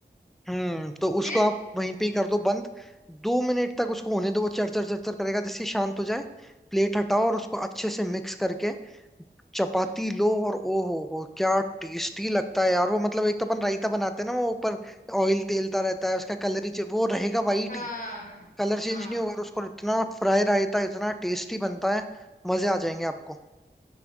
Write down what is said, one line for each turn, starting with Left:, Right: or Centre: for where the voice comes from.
Centre: हम्म तो उसको
Left: फिर
Centre: आप वहीं पे ही कर दो बंद दो मिनट तक उसको होने दो वो चरचर चरचर करेगा जिससे शांत हो जाए प्लेट हटाओ और
Left: हम्म
Centre: उसको अच्छे से मिक्स करके चपाती
Left: हम्म
Centre: लो और ओ हो हो क्या टेस्टी लगता है यार वो मतलब एक तो अपन रायता बनाते हैं ना वो ऊपर ऑयल तेलता रहता है उसका कलर ही चे- वो रहेगा वाइट
Left: हाँ
Centre: ही कलर चेंज
Left: हाँ
Centre: नहीं होगा और उसको इतना फ्राई रायता इतना टेस्टी बनता है मजे आ जाएंगे आपको